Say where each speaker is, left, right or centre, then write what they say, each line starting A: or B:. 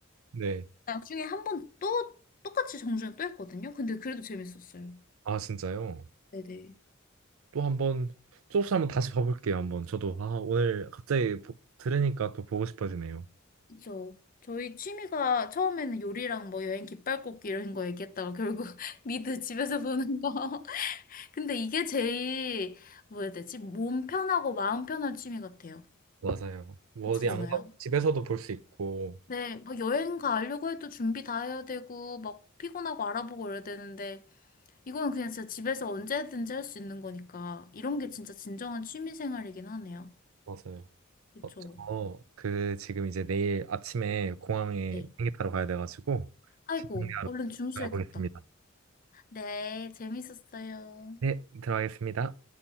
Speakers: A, on the right; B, on the left.
A: 네,
B: 나중에 한 번 또 똑같이 정주행 또 했거든요 근데 그래도 재밌었어요
A: 아 진짜요?
B: 네네
A: 또 한번 조금씩 한번 다시 봐볼게요. 한번 저도 아 오늘 갑자기 보- 들으니까 또 보고 싶어지네요.
B: 그죠. 저희 취미가 처음에는 요리랑 뭐 여행 깃발 꽂기 이런 거 얘기했다가 결국 <laughs> 미드 집에서 보는 거. <laughs> 근데 이게 제일 뭐 해야 되지? 몸 편하고 마음 편한 취미 같아요.
A: 맞아요. 뭐
B: 그렇잖아요.
A: 어디 안 가고 집에서도 볼 수 있고
B: 네, 뭐 여행 가려고 해도 준비 다 해야 되고 막 피곤하고 알아보고 이래야 되는데 이거는 그냥 진짜 집에서 언제든지 할 수 있는 거니까 이런 게 진짜 진정한 취미 생활이긴 하네요.
A: 맞아요.
B: 그렇죠.
A: 어, 저그 지금 이제 내일 아침에 공항에
B: 네.
A: 비행기 타러 가야 돼가지고
B: 아이고,
A: 집중하러
B: 얼른 주무셔야겠다.
A: 들어가 보겠습니다.
B: 네, 재밌었어요.
A: 네, 들어가겠습니다.